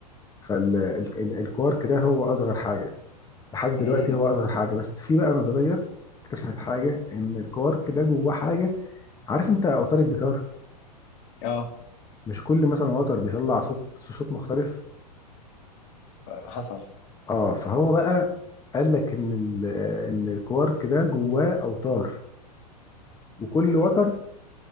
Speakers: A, on the left (about 15°); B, on the left (about 45°).
A: فالكوارك ده هو اصغر حاجه لحد
B: امم
A: دلوقتي هو اصغر حاجه بس في بقى نظريه اكتشفت حاجه ان الكوارك ده جواه حاجه عارف انت اوتار الجيتار
B: اه
A: مش كل مثلا وتر بيطلع صوت صوت مختلف
B: حصل
A: اه فهو بقى قال لك ان ال- آه، ان الكوارك ده جواه اوتار وكل وتر